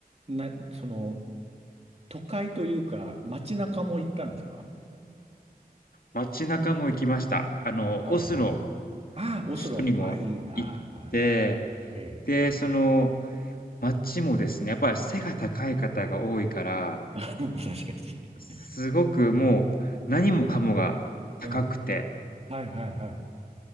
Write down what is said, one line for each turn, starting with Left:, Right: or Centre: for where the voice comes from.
Right: な、その、都会というか、街中も行ったんですか
Left: 街中も行きました。あの、
Right: はいはい。
Left: オスロ、
Right: ああ、オスロ。
Left: 首都にも行って、
Right: あ、いいな。はい。ええ。
Left: で、その街もですね、やっぱり背が高い方が多いから、
Right: <laughs> 確かに。
Left: すごくもう何もかもが高くて、
Right: うん。はいはいは